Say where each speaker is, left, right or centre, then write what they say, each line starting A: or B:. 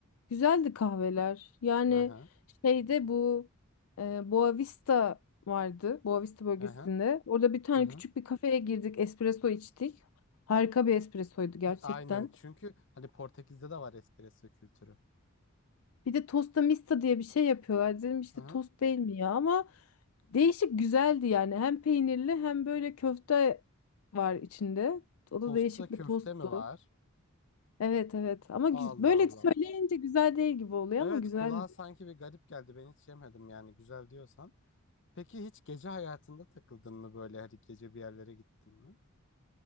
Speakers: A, on the left; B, on the left.
A: Güzeldi kahveler. Yani
B: Hı hı.
A: şeyde bu e, Boavista vardı. Boavista bölgesinde.
B: Hı hı.
A: Orada bir tane
B: Hı hı.
A: küçük bir kafeye girdik. Espresso içtik. Harika bir espressoydu
B: Ha,
A: gerçekten.
B: Aynen çünkü hani Portekiz'de de var espresso kültürü.
A: Bir de tosta mista diye bir şey yapıyorlar. Dedim işte
B: Hı hı.
A: tost değil mi ya ama değişik güzeldi yani. Hem peynirli hem böyle köfte var içinde. O da
B: Tosta
A: değişik
B: köfte
A: bir tosttu.
B: mi var?
A: Evet evet ama güz-
B: Allah
A: böyle
B: Allah.
A: söyleyince güzel değil gibi oluyor
B: Evet
A: ama güzeldi.
B: kulağa sanki bir garip geldi. Ben hiç yemedim yani güzel diyorsan. Peki hiç gece hayatında takıldın mı böyle? Hani gece bir yerlere gittin mi?